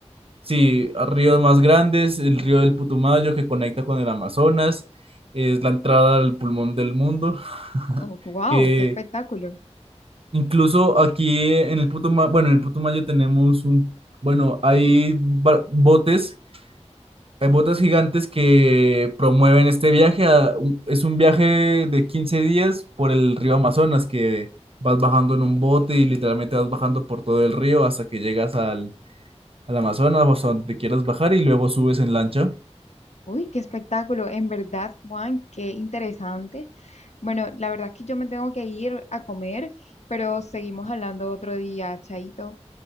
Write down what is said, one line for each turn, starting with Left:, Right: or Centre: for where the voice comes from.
Right: sí, a ríos más grandes, el río del Putumayo que conecta con el Amazonas, es la entrada al pulmón del mundo, <laughs>
Left: Oh, wow,
Right: que
Left: qué espectáculo.
Right: Incluso aquí en el Putumayo, bueno, en el Putumayo tenemos un, bueno, hay ba- botes, hay botes gigantes que promueven este viaje. a- un- es un viaje de 15 días por el río Amazonas, que vas bajando en un bote y literalmente vas bajando por todo el río hasta que llegas al, al Amazonas o hasta donde te quieras bajar y luego subes en lancha.
Left: Uy, qué espectáculo. En verdad, Juan, qué interesante. Bueno, la verdad es que yo me tengo que ir a comer, pero seguimos hablando otro día, Chaito.